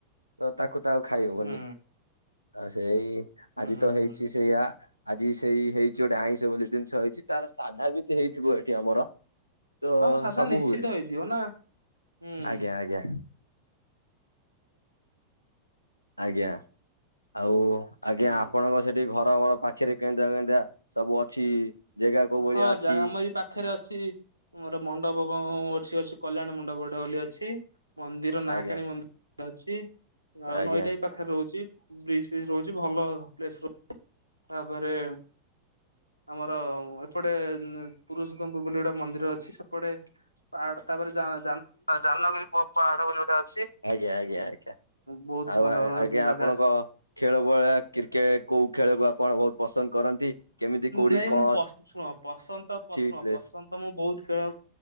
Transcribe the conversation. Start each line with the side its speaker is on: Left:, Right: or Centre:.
Left: ତ ତାକୁ ତ ଆଉ ଖାଇହବନି।
Right: ହୁଁ
Left: ଆ ସେଇ ଆଜି
Right: ହୁଁ
Left: ତ ହେଇଚି
Right: ହୁଁ।
Left: ସେଇଆ ଆଜି ସେଇ ହେଇଛି ଗୋଟେ ଆଇଁଷ ବୋଲି ଜିନିଷ ହେଇଛି ତାର ସାଧା ବି ତ ହେଇଥିବ ଏଠି ଆମର। ତ
Right: ହଁ ସାଧା
Left: ସବୁ
Right: ନିଶ୍ଚିନ୍ତ
Left: ହୁଏ
Right: ହେଇଥିବ ନା। ହୁଁ
Left: ଆଜ୍ଞା ଆଜ୍ଞା। ଆଜ୍ଞା ଆଉ ଆଜ୍ଞା
Right: ହୁଁ
Left: ଆପଣଙ୍କ ସେଠି ଘର ଘର ପାଖେରେ <unintelligible> ସବୁ ଅଛି। ଜାଗା କୋଉ ଭଳିଆ
Right: ହଁ
Left: ଅଛି
Right: ଜାଗା ମରି ପାଖେରେ ଅଛି ମୋର ମଣ୍ଡପ କଣ ଅଛି ଅଛି କଲ୍ୟାଣ ମଣ୍ଡପ ଗୋଟୋ ବୋଲି ଅଛି। ମନ୍ଦିର ନାହାକାଣୀ
Left: ଆଜ୍ଞା
Right: ମ <inaudible> ଅଛି ଆଉ
Left: ଆଜ୍ଞା।
Right: ନଈଟା ପାଖ ପାଖରେ ରହୁଛି ବ୍ରିଜ ଫିଜ ରହୁଛି ଭଲ ପ୍ଲେସ <inaudible> ତାପରେ ଆମର ଏପଟେ ପୁରୁଷୋତ୍ତମପୁରୁ ବୋଲି ଗୋଟେ ମନ୍ଦିର ଅଛି ସେପଟେ ପାହାଡ଼ ତାପରେ ଯାହା
Left: ଜାଲଗିରି ପ ପାହାଡ଼ ବୋଲି ଗୋଟେ ଅଛି ଆଜ୍ଞା ଆଜ୍ଞା ଆଜ୍ଞା।
Right: ବହୁତ
Left: ଆଉ
Right: ଭଲ
Left: ଆ
Right: ଭଲ
Left: ଆଜ୍ଞା
Right: ଜାଗା
Left: ଆପଣଙ୍କ
Right: ଅଛି।
Left: ଖେଳ ଭଳିଆ କ୍ରିକେଟ କୋଉ ଖେଳକୁ ଆପଣ ବହୁତ ପସନ୍ଦ କରନ୍ତି? କେମିତି କୋଉଠି
Right: ନାଇଁ
Left: କଣ
Right: ମୁଁ ପ ଶୁଣ ପସନ୍ଦ
Left: ଅଛି
Right: ଶୁଣ
Left: ପ୍ଲେସ?
Right: ପସନ୍ଦ ତ ମୁଁ ବହୁତ ଖେଳ